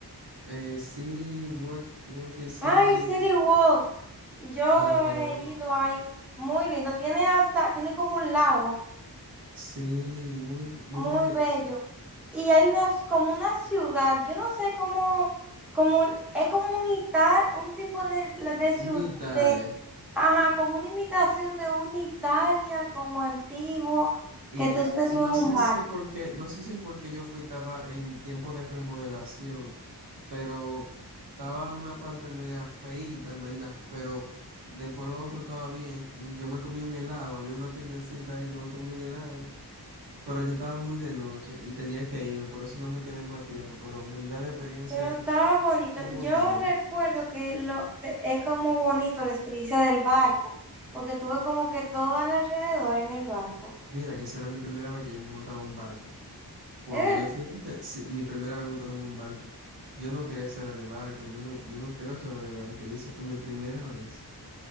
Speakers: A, on the right; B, in the centre.
A: eh, City, Work, Working City,
B: Ay, City Walk. Yo
A: ajá.
B: he ido ahí, muy lindo. Tiene hasta, tiene como un lago
A: Sí, muy, r- muy,
B: muy
A: diver-
B: bello. Y hay una, como una ciudad, yo no sé cómo, como, es como un Ita- un tipo de, de
A: Un
B: ciudad,
A: Italia.
B: ajá, como una imitación de una Italia como antiguo,
A: Y,
B: que tú te
A: y
B: subes en
A: no
B: un
A: sé
B: bar.
A: si porque, no sé si fue el que yo fui, estaba en tiempo de remodelación, pero estaba una parte media feíta, en verdad, pero después lo otro estaba bien. Yo me comí un helado, había una tiendecita ahí, yo me comí un helado, pero yo estaba muy de noche y tenía que irme, por eso no me quedé más tiempo, pero en verdad la experiencia
B: Pero estaba
A: es
B: bonito.
A: es muy
B: Yo
A: buena.
B: recuerdo que lo, te- es como bonito la experiencia del barco, porque tuve como que todo al alrededor en el barco.
A: Mira, que esa era mi primera vez que yo me montaba en un barco. Cuando
B: Es verdad.
A: yo fui, que- sí, mi primera vez montándome en un barco, yo no quería saber de barco, yo no, yo no quiero saber de barco, y esa fue mi primera vez.